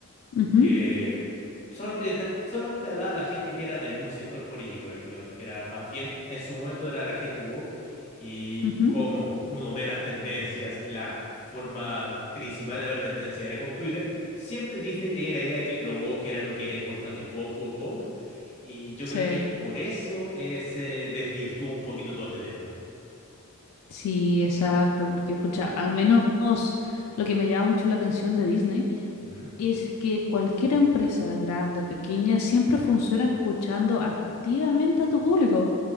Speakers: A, on the left; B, on the left.
A: Ujú,
B: que solamente, ta- solamente hablaba a la gente que era del mismo sector político prácticamente, que era más bien, en su momento era la gente woke, y
A: ujú.
B: como uno ve las tendencias y la forma principal de ver tendencias era con Twitter, siempre Disney tenía la idea de que lo woke era lo que era importante, woke, woke, woke, y yo
A: Sí,
B: creo que por eso eh, se desvirtuó un poquito todo este tema.
A: sí, exacto, porque pucha, al menos lo que me llama mucho la atención de Disney
B: Ujú,
A: es que cualquier empresa, grande o pequeña, siempre funciona escuchando activamente a tu público,